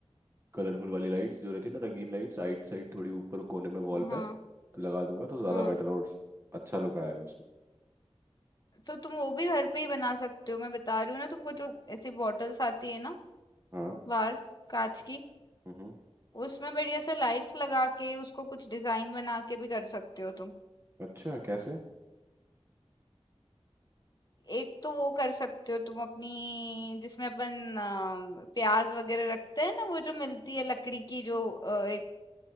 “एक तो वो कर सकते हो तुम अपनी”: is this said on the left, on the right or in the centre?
Left